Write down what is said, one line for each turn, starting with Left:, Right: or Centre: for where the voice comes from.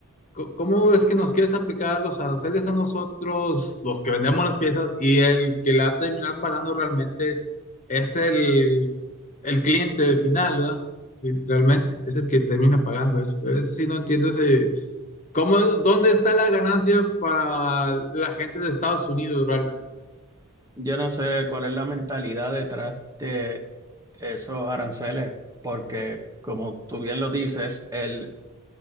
Left: co- ¿Cómo es que nos quieres aplicar los aranceles a nosotros, los que vendemos las piezas, y el que la va a terminar pagando realmente es el, el cliente final, ¿verdad? Realmente, es el que termina pagando eso. Es, si no entiendo ese, ¿cómo, dónde está la ganancia para la gente de Estados Unidos realmente, ¿verdad?
Right: Yo no sé cuál es la mentalidad detrás de esos aranceles, porque como tú bien lo dices, el,